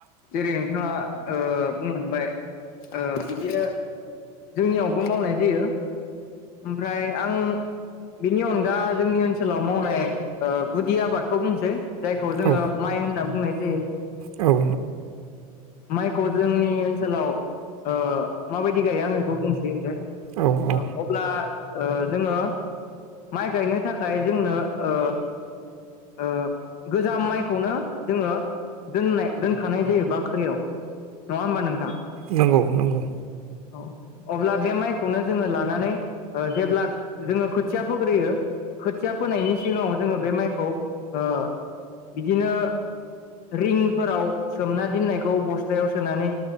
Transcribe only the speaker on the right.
औ
औ
औ औ
नंगौ नंगौ